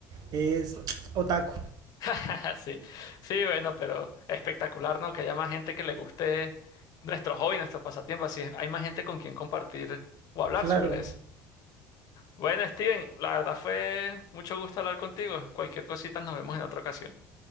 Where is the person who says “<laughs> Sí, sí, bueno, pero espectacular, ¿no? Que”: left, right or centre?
Left